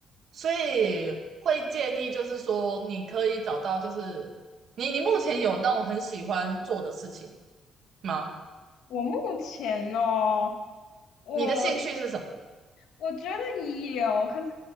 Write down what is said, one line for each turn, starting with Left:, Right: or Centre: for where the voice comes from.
Right: 所以会建议就是说，你可以找到就是你你目前有那种很喜欢做的事情吗？
Left: 我目前哦。我觉
Right: 你的兴趣是什么？
Left: 我觉得有，可是